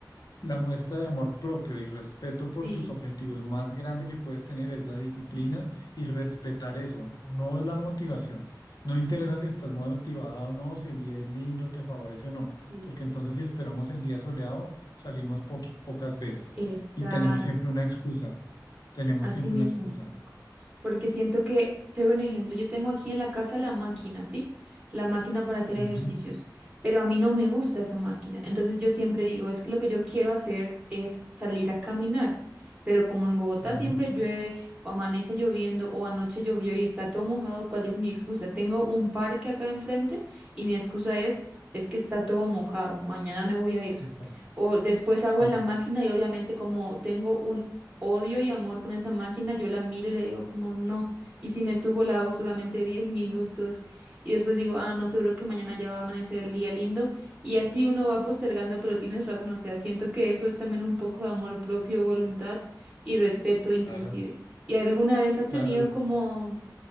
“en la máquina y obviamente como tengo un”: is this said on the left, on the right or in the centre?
Right